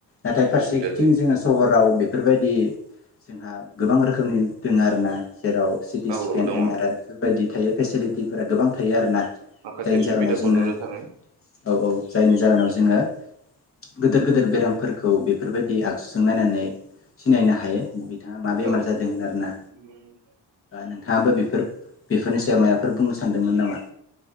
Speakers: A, on the left; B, on the right.
A: नाथाय फारसेथिं
B: उसुबिदा जायो
A: जोङो सहराव बेफोरबायदि जोंहा गोबां रोखोमनि दङ आरो ना जेराव सिटि
B: औ
A: स्केन
B: औ दङ
A: एम आर आइ बेफोरबायदि थायो फेसिलिटिफोरा गोबां थायो आरो ना
B: माखासे
A: जायनि जाहोनाव
B: सुबिदाखौ
A: जोङो
B: नुनो
A: औ
B: थाङो
A: औ जायनि जाहोनाव जोङो गिदिर गिदिर बेरामफोरखौ बेफोरबायदि आगजुजों नायनानै सिनायनो हायो बिथाङा मा बेमार
B: औ
A: जादों होनो आरो ना
B: औ
A: नोंथाङाबोफोर बेफोरनि सायाव माबाफोर बुंनो सानदों मोन नामा